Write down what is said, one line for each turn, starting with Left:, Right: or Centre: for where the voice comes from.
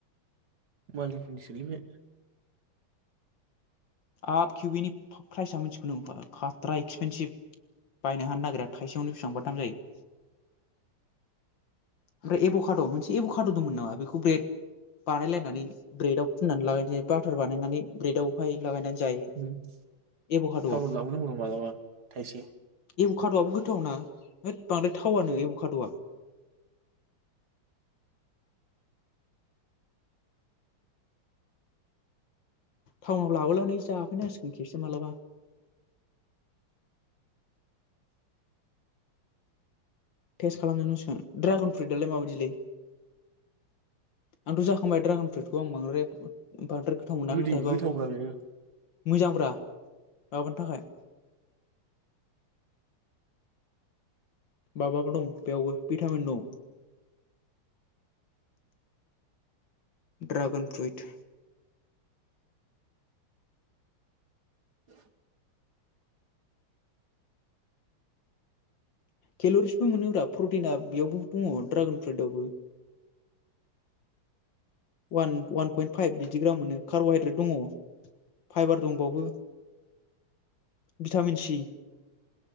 Right: मालदारफोरनिसोलै बे।
Left: आप किउइनि ब प्राइसाआ मिथिगौ ना खाट्रा एक्सपेनसिभ। बायनो हानो नागिरा थाइसेयावनो बिसिबांबा दाम जायो। ओमफ्राय एब'काड' मोनसे एब'काड' दंमोन नामा बेखौ ब्रेड बानायलायनानै ब्रेडाव फुननानै लागायनोसै बाटार बानायनानै ब्रेडावहाय लागायनानै जायो
Right: उम
Left: एबका
Right: टाउनाव
Left: द'।
Right: लाबोनांगौनो मालाबा थाइसे
Left: एब' खाद'वबो गोथावना होद बांद्राय थावा नो एब' खाद'वआ। टाउनाव लाबोनानै जाफैनांसिगोन खेबसे मालाबा। टेस्ट खालामजोबनांसिगोन ड्रागन फ्रुइटआलाय माबायदिलै? आंथ' जाखांबाय द्रागन फ्रुइडखौ आं बांद्राय बांद्राय गोथाव मोना
Right: गोदै
Left: नाथायबा
Right: गोथावब्रा बेयो
Left: मोजांब्रा माबानि थाखाय माबाबो दं बेयावबो भिटामिन दं। ड्रागन फ्रुइट
Right: <inaudible>
Left: केेल'रिसबो मोनोब्रा प्रटिना बेयावबो दङ ड्रागन फ्रुइटवबो। अवान अवान पइन्ट फाइभ बिदि ग्राम मोनो कार्ब'हाइद्रेट दङ फाइबार दंबावो। भिटामिन सि